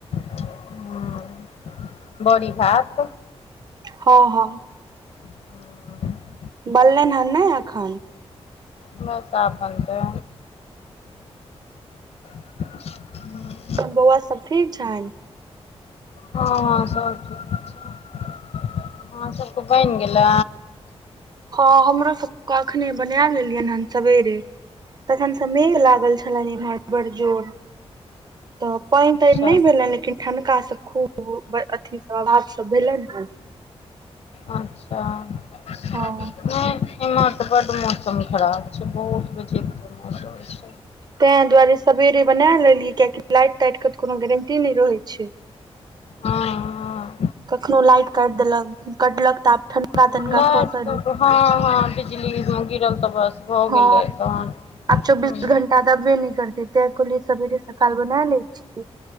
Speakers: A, on the left (about 70°); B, on the right (about 40°).
A: ह बड़ी भात
B: हँ हँ
A: हम्म,
B: बनेलिय हन नहि एखन
A: बस आब बन तऽ हू <inaudible>
B: बौआ सब ठीक छन
A: हँ हँ सभ ठीक छै अहाँ सभके बैन गेलै
B: हँ हमरो सबके अखने बना लेलियन हेन सवेरे तखन से मेघ लागल छलनि इम्हर बड़ जोर तऽ पानि त
A: अच्छा
B: नहि भेलै लेकिन ठनका से खूब छठी अवाज सब भेल हन
A: अच्छा नग
B: हँ
A: एमत बड मु मौसम खराब छै बहुत बजे मौसम छै
B: तें दुआरे सेवेरे बना लेलियै कियाकि त लाइट ताइट के तऽ कोनो गारंटी नइ रहै छै
A: हँ हँ
B: कखनो लाइट काट देलक कटलक तऽ आब ठणड वातन
A: लाइट
B: का खौसल
A: सब तऽ हँ हँ बिजली गिरल तऽ बस भऽ
B: हँ
A: गेलै तहन
B: आब चौबीस
A: हूं
B: घंटा तब वे न करतेतेै कहलिए सवेरे सकाल बना लै छिय